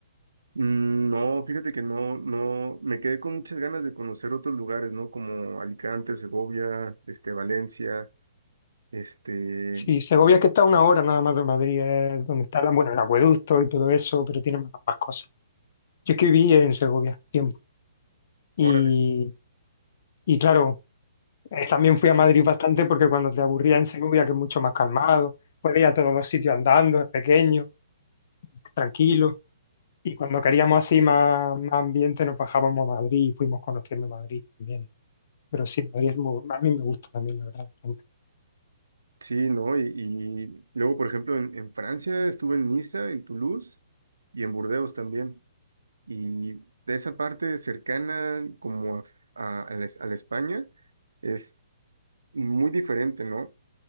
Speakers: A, on the right; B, on the left.
A: Mm, No, fíjate que no, no, me quedé con muchas ganas de conocer otros lugares, ¿no? Como Alicante, Segovia, este, Valencia, este,
B: Sí, Segovia es que está a una hora nada más de Madrid, es donde está la- bueno, el acueducto y todo eso, pero tiene más, más cosas. Yo es que viví en Segovia tiempo y,
A: ¿ahora?
B: y claro, Eh, también fui a Madrid bastante porque cuando te aburría en Segovia, que es mucho más calmado, puedes ir a todos los sitios andando, es pequeño, tranquilo. Y cuando queríamos así más, más ambiente, nos bajábamos a Madrid y fuimos conociendo Madrid también. Pero sí, Madrid es muy- a mí me gusta también, la verdad. bastante.
A: Sí, ¿no? Y, y luego, por ejemplo, en, en Francia estuve en Niza, en Toulouse y en Burdeos también. Y de esa parte cercana como a, a- a la, a la España es muy diferente, ¿no?